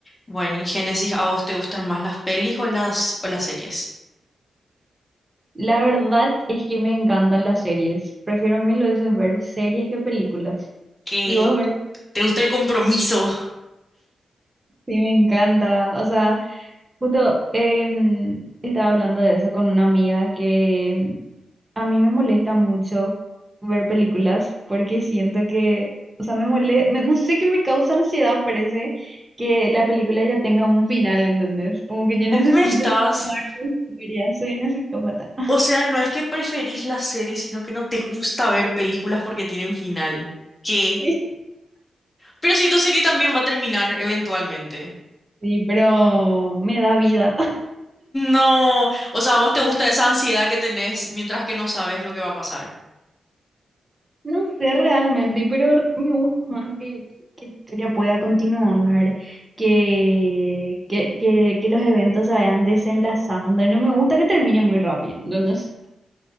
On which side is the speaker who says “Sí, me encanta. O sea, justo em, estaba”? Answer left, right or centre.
Right